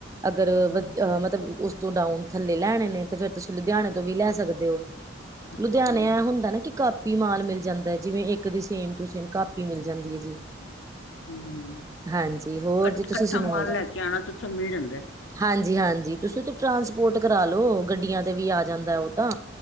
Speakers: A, on the right; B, on the left.
A: ਅਗਰ ਅਹ
B: ਹੂੰ
A: ਮਤਲਬ ਉਸ ਤੋਂ ਡਾਊਨ ਥੱਲੇ ਲੈਣੇ ਨੇ ਤੇ ਫੇਰ ਤੁਸੀਂ ਲੁਧਿਆਣੇ ਤੋਂ ਵੀ ਲੈ ਸਕਦੇ ਹੋ।
B: ਅੱਛਾ
A: ਲੁਧਿਆਣੇ
B: ਜੀ
A: ਏ ਹੁੰਦਾ ਨਾ ਕਿ । ਕਾਪੀ ਮਾਲ ਮਿਲ ਜਾਂਦਾ ਹੈ ਜਿਵੇਂ ਇੱਕ ਦੀ ਸੇਮ ਟੂ ਸੇਮ ਕਾਪੀ ਮਿਲ ਜਾਂਦੀ ਹੈ ਜੀ।
B: ਹੂੰ ਹੂੰ
A: ਹਾਂਜੀ ਹੋਰ
B: ਕੱਠ
A: ਜੀ ਤੁਸੀਂ
B: ਕੱਠਾ
A: ਸੁਣਾਓ
B: ਮਾਲ
A: ਜੀ
B: ਲੈ
A: ਹਾਂਜੀ।
B: ਕੇ ਆਣਾ ਤੇ ਉੱਥੋਂ ਮਿਲ ਜਾਂਦਾ ਹੈ।
A: ਹਾਂਜੀ ਹਾਂਜੀ ਤੁਸੀਂ ਤੇ ਟਰਾਂਸਪੋਰਟ ਕਰਾਲੋ ਗੱਡੀਆਂ ਤੇ ਵੀ ਆ ਜਾਂਦਾ ਉਹ ਤਾਂ।